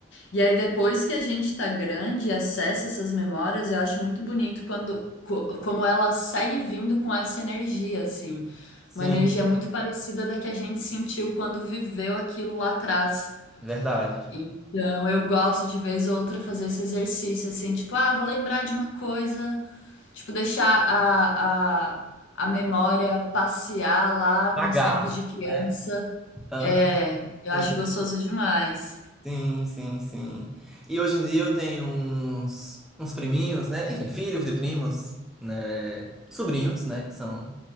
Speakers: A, on the left; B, in the centre.
A: E aí, depois que a gente tá grande e acessa essas memórias, eu acho muito bonito quando, co- como ela segue vindo com essa energia, assim.
B: Sim,
A: Uma energia muito parecida da que a gente sentiu quando viveu aquilo lá atrás.
B: verdade.
A: Então, eu gosto de vez ou outra fazer esse exercício, assim, tipo, ah, vou lembrar de uma coisa, tipo, deixar a, a, a memória passear lá
B: pagar,
A: nos tempos de criança.
B: né? Ah,
A: É, eu
B: sim,
A: acho gostoso demais.
B: sim, sim, sim. E hoje em dia eu tenho uns, uns priminhos, né? Enfim, filhos de primos, né? Sobrinhos, né? Que são.